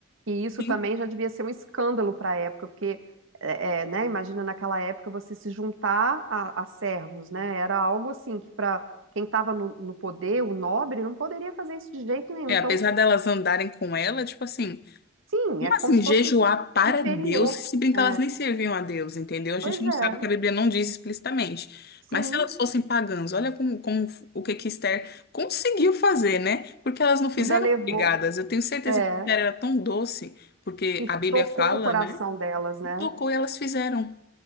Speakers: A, on the right (about 75°); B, on the left (about 50°).
A: Que isso
B: Sim.
A: também já devia ser um escândalo para a época, porque, é, é, né? Imagina naquela época você se juntar a, a servos, né? Era algo assim que para quem estava no, no poder, o nobre, não poderia fazer isso de jeito nenhum.
B: É,
A: Então,
B: apesar delas andarem com ela, tipo assim,
A: sim, é
B: Assim,
A: como se
B: jejuar
A: fosse
B: para
A: inferior.
B: Deus, que se brincar,
A: É,
B: elas nem serviam a Deus, entendeu? A gente
A: pois
B: não
A: é,
B: sabe que a Bíblia não diz explicitamente.
A: sim,
B: Mas se elas fossem pagãs, olha como, como o que que Esther conseguiu fazer, né? Porque elas não fizeram
A: ainda levou,
B: obrigadas. Eu tenho certeza
A: é,
B: que Esther era tão doce, porque
A: e
B: a Bíblia
A: tocou
B: fala,
A: o coração
B: né?
A: delas, né?
B: E tocou e elas fizeram.